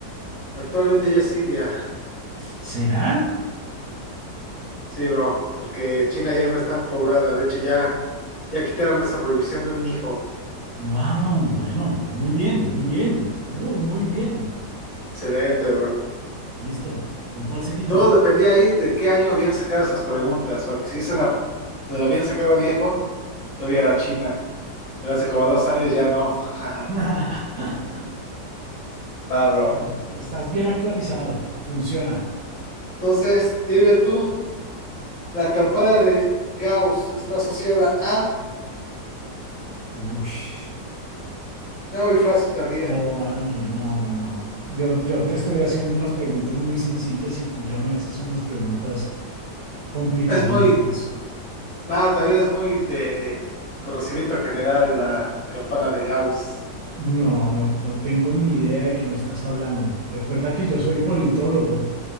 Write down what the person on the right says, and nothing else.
¿Será?
Wow, bueno, muy bien, muy bien, muy, muy bien.
Listo. ¿Con cuál seguimos?
<laughs>
Eso, Estás bien actualizado. Funciona.
Uf.
No, Ángel, no, no, no. Yo, yo te estoy haciendo unas preguntas muy sencillas y tú ya me haces unas preguntas complicadísimas.
No, no, no tengo ni idea de qué me estás hablando. Recuerda que yo soy politólogo.